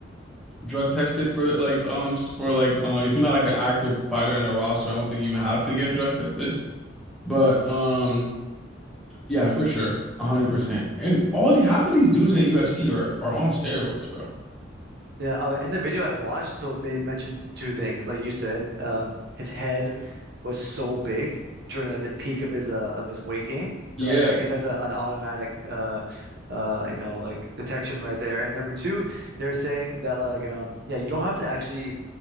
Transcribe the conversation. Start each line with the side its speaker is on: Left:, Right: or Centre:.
Centre: drug tested for like um for like uh if you're not like an active fighter in the roster, I don't think you have to get drug tested. But um yeah, for sure. 100%. And all the half of these dudes in the UFC are are on steroids, bro.
Right: Yeah. Uh, in the video I watched, so they mentioned two things. Like you said, um, his head was so big during like the peak of his uh of his weight gain.
Centre: Yeah,
Right: So that's I guess that's a, an automatic uh uh you know like detection right there. And number two, they're saying that like um yeah you don't have to actually